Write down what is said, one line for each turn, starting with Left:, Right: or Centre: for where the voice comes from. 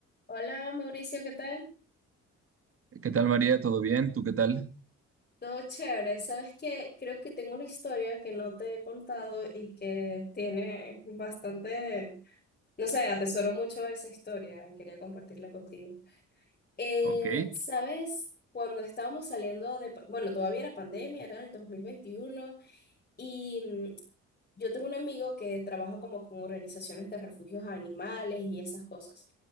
Left: Hola Mauricio, ¿qué tal?
Right: ¿Qué tal, María? ¿Todo bien? ¿Tú qué tal?
Left: Todo chévere. Sabes que creo que tengo una historia que no te he contado y que tiene bastante, no sé, atesoro mucho esa historia y quería compartirla contigo. Eh,
Right: Ok,
Left: ¿sabes? Cuando estábamos saliendo de, pa- bueno, todavía era pandemia, era el 2021 y mm, yo tengo un amigo que trabaja como con organizaciones de refugios a animales y esas cosas.